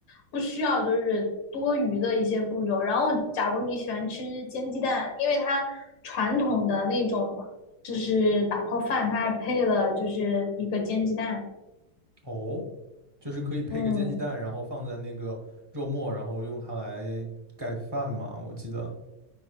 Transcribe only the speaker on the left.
不需要就是多余的一些步骤。然后，假如你喜欢吃煎鸡蛋，因为它传统的那种就是打泡饭，它还配了就是一个煎鸡蛋。
嗯，